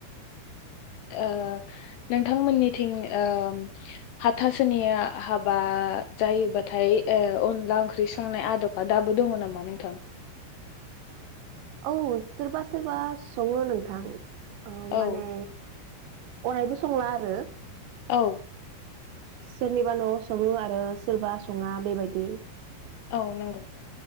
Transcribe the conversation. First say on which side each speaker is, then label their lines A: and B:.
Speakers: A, on the left; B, on the right.
A: ओ नोंथांमोननिथिं ओ हाथासोनिया हा बा जायोबाथाय ओ अनला ओंख्रि संनाय आदबा दाबो दङ नामा नोंथां?
B: औ सोरबा सोरबा सङो नोंथां ओ
A: औ
B: माने अरायबो संला आरो
A: औ
B: सोरनिबा न'आव सङो आरो सोरबा सङा बेबायदि
A: औ नोंगौ